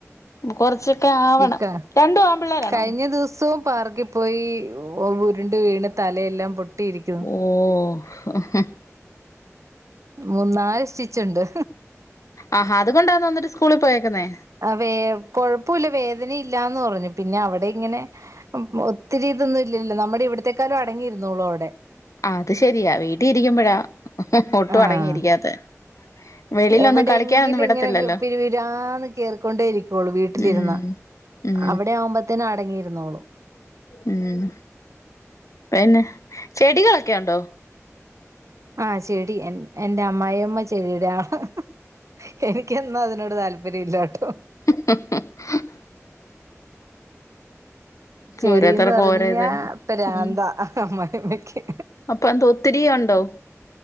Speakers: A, on the left; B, on the right.
A: കൊറച്ചൊക്കെ ആവണം
B: ഇക്ക
A: രണ്ടും ആമ്പിള്ളേരാണോ
B: കഴിഞ്ഞ ദിവസവും പാർക്കിൽ പോയി ഉ ഊരുണ്ട് വീണ് തലയെല്ലാം പൊട്ടിയിരിക്ക
A: ഓഹ്
B: മൂന്നാല് സ്റ്റിച്ചുണ്ട്
A: ആഹാ അതുകൊണ്ടാന്നോ എന്നിട്ട് സ്കൂളിൽ പോയേക്കുന്നേ
B: ആ വേ കൊഴപ്പുല്ല വേദന ഇല്ലാന്ന് പറഞ്ഞു പിന്നെ അവിടെ ഇങ്ങനെ ഒത്തിരി ഇതൊന്നും ഇല്ലല്ലോ നമ്മുടെ ഇവിടത്തേക്കളും അടങ്ങിയിരുന്നുള്ളും അവിടെ
A: ആ അത് ശെരിയാ വീട്ടിൽ ഇരിക്കുമ്പോഴാ ഒട്ടും
B: ആഹ്
A: അടങ്ങിയിരിക്കാത്തെ വെളിയിലൊന്നും
B: എവിടെയെങ്കിലും
A: കളിക്കാനൊന്നും വിടത്തില്ലല്ലോ
B: ഇങ്ങനെ പിരിവിരാന്ന് കേറിക്കൊണ്ടേ ഇരിക്കുവുള്ളൂ വീട്ടിലിരുന്ന
A: ഉം ഉം
B: അവിടെ ആവുമ്പോത്തേന് അടങ്ങിരുന്നോളും
A: ഉം പിന്നെ ചെടികളൊക്കെ ഉണ്ടോ
B: ആഹ് ചെടി എന്റെ അമ്മായി അമ്മ ചെടിടെയാളാ എനിക്കെന്നും അതിനോട് താല്പര്യംല്ല കേട്ടോ
A: യം.
B: ചെടീന്ന്
A: ഓരോരുത്തർക്കും
B: പറഞ്ഞാ
A: ഓരോ ഇത്
B: ഭ്രാന്താ
A: ഉം
B: അമ്മായിഅമ്മക്ക്
A: അപ്പൊ എന്ത ഒത്തിരി ഉണ്ടോ